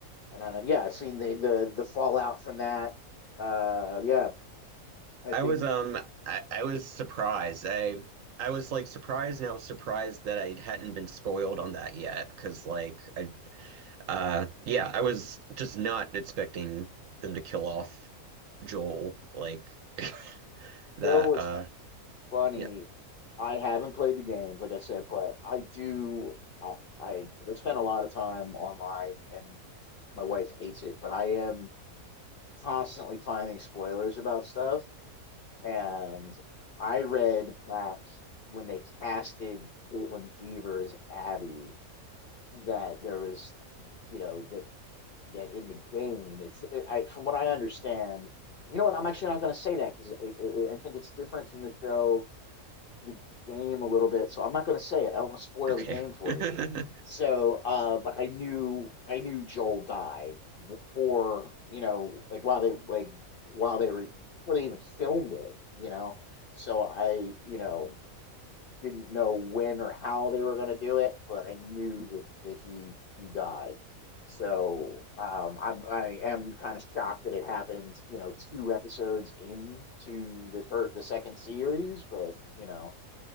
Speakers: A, on the left (about 60°); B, on the right (about 70°).
A: And I, yeah, I've seen the the the fallout from that. Uh, yeah, I
B: I
A: think
B: was um I, I was surprised. I I was like surprised and I was surprised that I hadn't been spoiled on that yet because like I uh yeah, I was just not expecting them to kill off Joel like <laughs> that
A: no, what's
B: uh
A: funny.
B: yeah,
A: I haven't played the games, like I said, but I do. I, I spend a lot of time online, and my wife hates it. But I am constantly finding spoilers about stuff, and I read back when they casted Caitlin Dever as Abby that there is, you know, that that in the game, it's it, I, from what I understand. You know what? I'm actually not going to say that because it, it, I think it's different from the show to the game a little bit. So I'm not going to say it. I don't want to spoil
B: okay.
A: the game for
B: <laughs>
A: you. So, uh, but I knew I knew Joel died before, you know, like while they like while they were before they even filmed it, you know. So I, you know didn't know when or how they were going to do it, but I knew that, that he he died. So um, I'm I am kind of shocked that it happened, you know, two episodes into the first the second series, but you know,